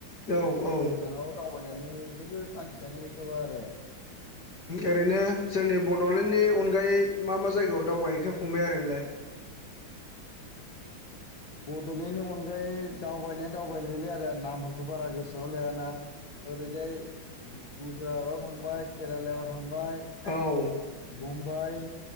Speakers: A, on the left; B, on the left.
A: औ औ
B: गोजानाव दावबायनानै जेबो थांखियानो गैथ'वा आरो
A: ओरैनो जोंनि बड'लेण्डनि अनगायै मा- मा जायगायाव दावबायहैखो फंबाया आरो ओरैनोलाय?
B: बड'लेण्डनि अनगायै दावबायनाय -दावबायबायलै आदा नामफोरखौ बारा गोसोआव लायाना। ओरैजाय गुजरातआव थांबाय, केरालायाव थांबाय
A: औ।
B: मुम्बाइ,